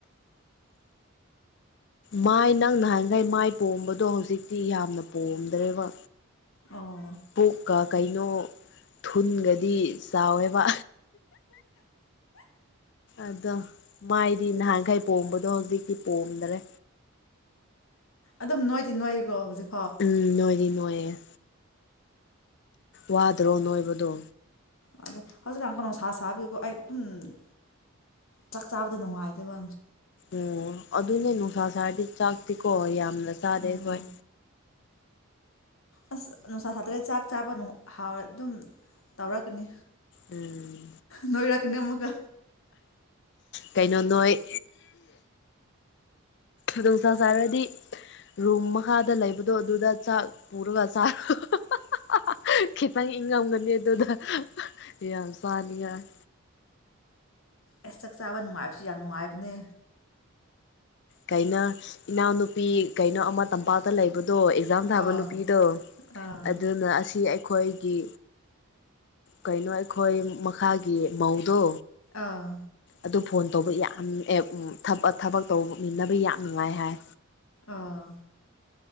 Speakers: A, on the left; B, on the left.
A: ꯃꯥꯏ ꯅꯪ ꯅ ꯍꯥꯏꯥꯟꯈꯥꯏ ꯃꯥꯏ ꯄꯣꯝꯕꯗꯣ ꯍꯧꯖꯤꯛꯇꯤ ꯌꯥꯝꯅ ꯄꯣꯝꯗ꯭ꯔꯦꯕ
B: ꯑꯣ
A: ꯄꯨꯛꯀ ꯀꯩꯅꯣ ꯊꯨꯟꯒꯗꯤ ꯆꯥꯎꯋꯦꯕ ꯑꯗꯣ ꯃꯥꯏꯗꯤ ꯅꯍꯥꯟꯈꯩ ꯄꯣꯝꯕꯗꯣ ꯍꯧꯖꯤꯛꯇꯤ ꯄꯣꯝꯗ꯭ꯔꯦ
B: ꯑꯗꯨꯝ ꯅꯣꯏꯗꯤ ꯅꯣꯏꯏꯀꯣ ꯍꯧꯖꯤꯛ
A: ꯎꯝ ꯅꯣꯏꯅꯤ ꯅꯣꯏꯌꯦꯦ ꯋꯥꯗ꯭ꯔꯣ ꯅꯣꯏꯕꯗꯣ
B: ꯑꯗ ꯍꯧꯖꯤꯛ ꯂ ꯀꯩꯅ ꯅꯨꯡꯁꯥ ꯁꯥꯕꯤꯀꯣ ꯑꯩ ꯑꯗꯨꯝ <unintelligible> ꯆꯥꯛ ꯆꯥꯕꯗ ꯅꯨꯡꯉꯥꯏꯗꯕ
A: ꯑꯣ ꯑꯗꯨꯅꯦ ꯅꯨꯡꯁꯥ ꯁꯥꯥꯔꯗꯤ ꯆꯥꯛꯇꯤꯀꯣ ꯌꯥꯝꯅ ꯆꯥꯔꯦ
B: ꯎꯝ
A: ꯍꯣꯏ
B: ꯑꯁ ꯅꯨꯡꯁꯥ ꯁꯥꯇ꯭ꯔꯦ ꯆꯥꯛ ꯆꯥꯕ ꯍ ꯑꯗꯨꯝ ꯇꯧꯔꯛꯀꯅꯤ
A: ꯎꯝ
B: ꯅꯣꯏꯔꯥꯛꯀꯅꯤꯃꯒ
A: ꯀꯩꯅꯣ ꯅꯣꯏ ꯑꯗꯨꯗꯁ ꯆꯔꯗꯤ ꯔꯨꯝ ꯃꯈꯥꯗ ꯂꯩꯕꯗꯣ ꯑꯗꯨꯗ ꯆ ꯄꯔꯨꯒꯁꯥ <unintelligible> ꯈꯤꯇꯪ ꯏꯪꯉꯝꯒꯅꯤ ꯑꯗꯨꯗ ꯌꯥꯝ ꯆꯥꯅꯤꯡꯉꯥꯏ
B: ꯑꯁ ꯆꯥꯛ ꯆꯥꯕ ꯅꯨꯡꯉꯥꯏꯕꯁꯨ ꯌꯥꯝ ꯅꯨꯡꯉꯥꯏꯕꯅꯦ
A: ꯀꯩꯅꯣ ꯏꯅꯥꯎꯅꯨꯄꯤ ꯀꯩꯅꯣ ꯑꯃ ꯇꯝꯄꯥꯛꯇ ꯂꯩꯕꯗ ꯑꯗꯣ ꯑꯦꯛꯖꯥꯝ ꯊꯥꯕ
B: ꯑꯥ
A: ꯅꯨꯄꯤꯗꯣ
B: ꯑꯥ
A: ꯑꯗꯨꯅ ꯑꯁꯤ ꯑꯩꯈꯣꯏꯒꯤ ꯀꯩꯅꯣ ꯑꯩꯈꯣꯏ ꯃꯈꯥꯒꯤ ꯃꯧꯗꯣ
B: ꯑꯥ
A: ꯑꯗꯨ ꯐꯣꯟ ꯇꯧꯕ ꯌꯥꯝ ꯑꯦ ꯊꯕꯛ ꯇꯧꯃꯤꯟꯅꯕ ꯌꯥꯝ ꯅꯨꯡꯉꯥꯏ ꯍꯥꯏ
B: ꯑꯥ